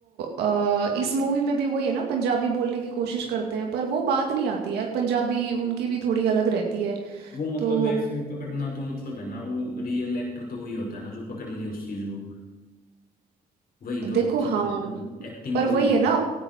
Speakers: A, on the right; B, on the left.
A: अ, इस मूवी में भी वही है ना पंजाबी बोलने की कोशिश करते हैं पर वो बात नहीं आती यार पंजाबी उनकी भी थोड़ी अलग रहती है
B: वो मतलब
A: तो
B: वैसे पकड़ना तो मतलब है ना वो रियल एक्टर तो वही होता है ना जो पकड़ ले उस चीज को वही
A: देखो
B: तो चीज
A: हाँ
B: है ना एक्टिंग
A: पर
B: तो
A: वही
B: वही थी
A: है ना